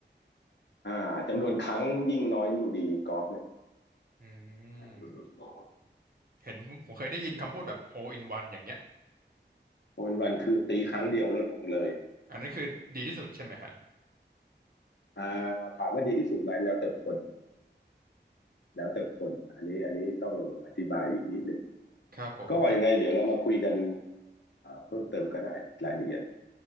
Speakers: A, on the left (about 70°); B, on the right (about 50°).
A: อ่าจำนวนครั้งยิ่งน้อยยิ่งดีกอล์ฟเนี่ย
B: อืม
A: อืม
B: เห็นผมผมเคยได้ยินคำพูดแบบ hole in one อย่างเงี้ย
A: โอนวันคือตีครั้งเดียวแล้วลงเลย
B: อันนั้นคือดีที่สุดใช่ไหมฮะ
A: อ่าถามว่าดีที่สุดไหมแล้วแต่คน แล้วแต่คนอันนี้อันนี้ต้องอธิบายอีกนิดหนึ่ง
B: ครับผมเป็น
A: ก็ยังไงเดี๋ยวเรามาคุยกันเพิ่มเติมก็ได้รายละเอียด